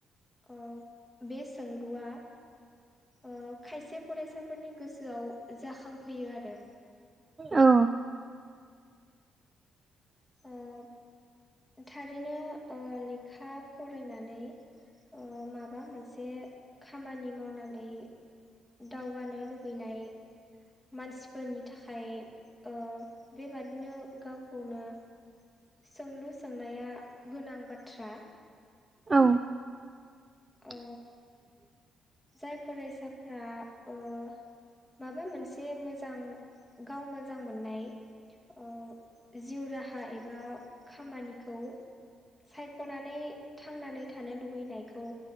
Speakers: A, in the centre; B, on the right.
A: ओ बेसोंलुआ ओ खायसे फरायसाफोरनि गोसोआव जाखांफैयो आरो
B: औ <inaudible>
A: ओ थारैनो ओ लेखा फरायनानै ओ माबा मोनसे खामानि मावनानै दावगानो लुबैनाय मानसिफोरनि थाखाय ओ बेबादिनो गावखौनो सोंलु सोंनाया गोनां बाथ्रा
B: औ <inaudible>
A: ओ जाय फरायसाफोरा ओ माबा मोनसे मोजां गाव मोजां मोननाय ओ जिउ राहा एबा खामानिखौ सायख'नानै थांनानै थानो लुबैनायखौ